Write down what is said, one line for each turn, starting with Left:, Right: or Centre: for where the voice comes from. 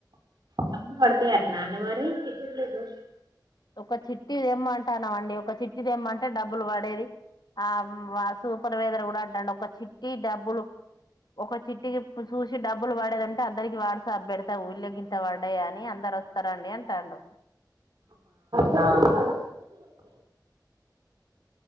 Right: డబ్బులు వాడుతాయి అట్ నానే మరి టిఫిన్ లేదు
Left: ఒక చిట్టి తెమ్మంటానం అండి ఒక చిట్టి తేమ్మంటే డబ్బులు వడేది ఆ సూపర్వైజర్ కూడా అంటండు ఒక చిట్టి డబ్బులు ఒక చిట్టి ఇగ ఇప్పుడు చూసి డబ్బులు పడదని అందరికి వాట్సాప్ బెడతా ఊళ్ళో గింత వడ్డాయాని ని అందరు వస్తారండి అంటాడు
Right: నా తాన